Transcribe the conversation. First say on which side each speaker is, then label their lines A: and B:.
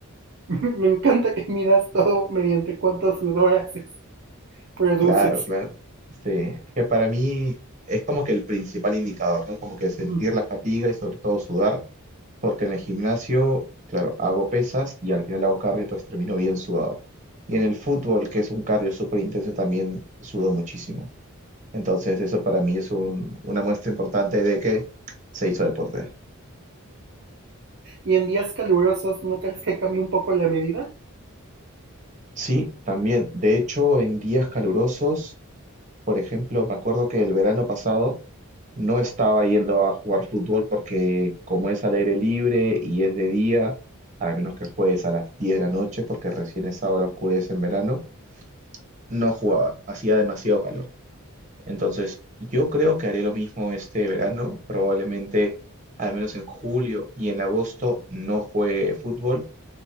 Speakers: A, on the right (about 55°); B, on the right (about 35°).
A: <laughs> Me encanta que midas todo mediante cuánto sudor haces, produces.
B: Claro, claro. Sí, es que para mí es como que el principal indicador, ¿no? Como que sentir
A: <laughs>
B: la fatiga y sobre todo sudar, porque en el gimnasio, claro, hago pesas y al final hago cardio, entonces termino bien sudado. Y en el fútbol, que es un cardio súper intenso, también sudo muchísimo. Entonces eso para mí es un- una muestra importante de que se hizo deporte.
A: ¿Y en días calurosos no crees que cambie un poco la medida?
B: Sí, también. De hecho, en días calurosos Por ejemplo, me acuerdo que el verano pasado no estaba yendo a jugar fútbol porque como es al aire libre y es de día, a menos que juegues a las 10 de la noche, porque recién esa hora oscurece en verano, no jugaba, hacía demasiado calor. Entonces, yo creo que haré lo mismo este verano, probablemente al menos en julio y en agosto no juegue fútbol,